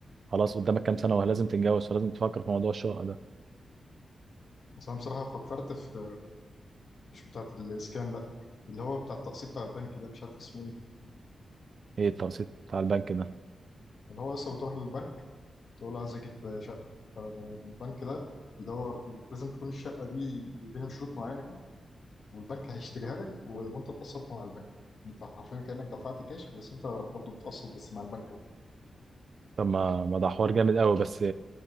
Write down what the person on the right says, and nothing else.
خلاص قدامك كام سنه ولازم تتجوز فلازم تفكر في موضوع الشقه ده
ايه التقسيط بتاع البنك ده
طب ما ما ده حوار جامد قوي بس